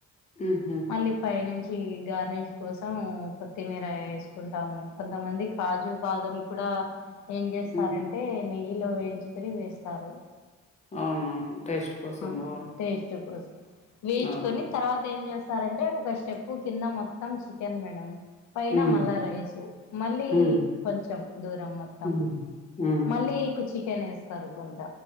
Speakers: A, on the left; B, on the left.
A: హుహు.
B: మళ్ళీ పైనుం చి గార్నిష్ కోసం కొత్తిమీర ఏసుకుంటాము కొంతమంది కాజు బాదం కూడా ఆ ఏం చేస్తారంటే
A: హ్మ్.
B: నెయ్యిలో వేయించుకుని వేస్తారు
A: అవునవును టేస్ట్ కోసం
B: ఆ
A: బావుం
B: టేస్ట్ కోసం వేయిచుకొని
A: అవును.
B: తర్వాత ఏం చే స్తారంటే ఒక స్టెప్ కింద మొత్తం చికెన్ మేడం పైన
A: హ్మ్.
B: మళ్ళా రైసు మళ్ళీ
A: హ్మ్.
B: కొంచెం దూరం మొత్తం
A: హ్మ్. హ్మ్.
B: మళ్ళీకు చికెన్ ఏస్తారు కొంత